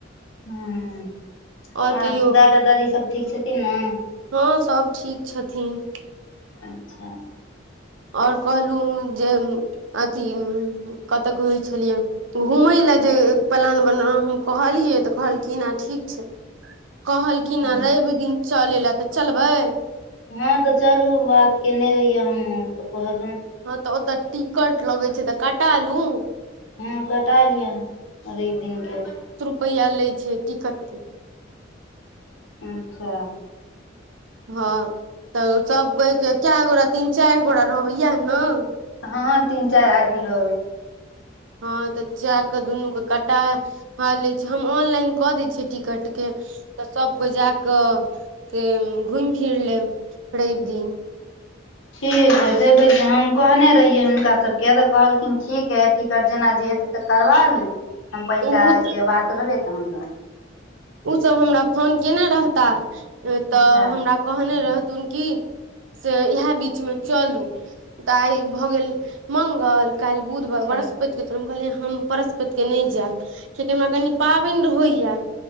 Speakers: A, on the left; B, on the right.
A: हँ
B: आओर
A: आ
B: कहियौ
A: दादा दादी सब ठीक छथिन न
B: हँ सब ठीक छथिन
A: अच्छा
B: और कहलहुँ जे अथी कतअ कहइ छेलियै घूमय लेल जे प्लान बनल हम कहलियै तऽ कहलखिन हँ ठीक छै कहलखिन
A: हँ
B: रइब दिन चलै लए तऽ चलबै
A: हँं तऽ चलू बात केने रहिये हमहू त कह
B: हँ तऽ ओत टिकट लगै छै तऽ कटा लू
A: हूं कटा लिअ रैइब दिनके
B: रुपैया लै छै टिकट के
A: अच्छा
B: हँ तऽ सब कहिके क गोरा तीन चैर गोरा रहबै इएह नऽ
A: हँ तीन चाइर आदमी रहबै
B: हँ तऽ जा कऽ दुनू के कटा हँ लै छै हम ऑनलाइन कऽ दै छियै टिकटके तऽ सब कोइ जा कऽ से घुइम-फिर लेब रइब दिन
A: ठीक हइ देखै छिय हम कहने रहियै हुनका सबके तऽ कहलखिन ठीक हइ टिकट जेना जे हेत त करबा लू हम पैसा
B: उ
A: के बात भेलै तऽ हम
B: उसब हमरा फोन केने रहता तऽ
A: हूँ, अच्छा
B: हमरा कहने रहथुन किऽ से इएह बीचमे चलू तऽआइ भऽ गेल मंगल काल्हि बुध
A: अच्छा
B: ब वरस बस् त हम कहलियै हम बृहस्पत के नै जाएब कियकि हमरा कनि पाबनि रहैया।